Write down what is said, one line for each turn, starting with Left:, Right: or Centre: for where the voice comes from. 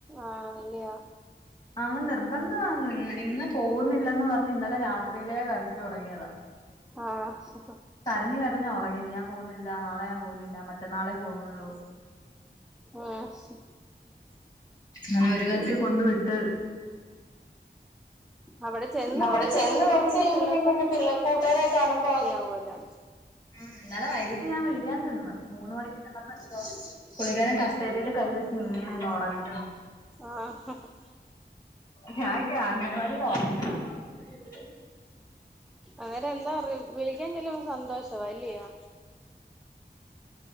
Centre: ആണല്ല്യോ
Left: അങ്ങന നിർബന്ധ ഒന്നുല്ല ഇന്ന് ഇന്ന് പോവുന്നില്ലന്ന് പറഞ്ഞ് ഇന്നലെ രാത്രിയിലേ കരച്ചിലൊടങ്ങിയതാ
Centre: ആഹ് ഹ ഹാ
Left: കരഞ്ഞ് കരഞ്ഞാ ഒറങ്ങിയത് ഞാൻ പോവുന്നില്ല നാളെ ഞാൻ പോവുന്നില്ല മറ്റന്നാളെ പോവ്ന്നൊള്ളൂ
Centre: ആഹ് ശ്
Left: അങ്ങനെ ഒരുവിധത്തി കൊണ്ട് വിട്ട്
Centre: അവിടെ ചെന്ന്
Left: മവടെ
Centre: കുറച്ച്
Left: ചെന്ന്
Centre: കഴിയുമ്പോഴത്തേക്ക്
Left: കൊറച്ചെയ്യുമ്പത്തേക്കും
Centre: പിന്നെ പിള്ള
Left: പിന്നേ പിള്ള കൂട്ടുകാരെ കാണുമ്പോ അ
Centre: പോവുല്ലേ
Left: ഉം ഇന്നലെ വൈകിട്ട് ഞാൻ വിളിക്കാൻ ചെന്ന് മൂന്ന് മണിക്ക് ചെന്നപ്പണ്ടേ പുളളിക്കാരൻ കസേരേല് കൈവച്ച് ഇങ്ങനെണ്ട് ഒറങ്ങണ്
Centre: ആഹ് ഹാ ഹ
Left: ഞാ ഇക്ക് അംഗനവാടീല്ഒറങ്ങനാണോ കൊണ്ടെവിട്ട്
Centre: അന്നേരം എന്താ അറി വിളിക്കാൻ ചെല്ലുമ്പം സന്തോഷ അല്ലയോ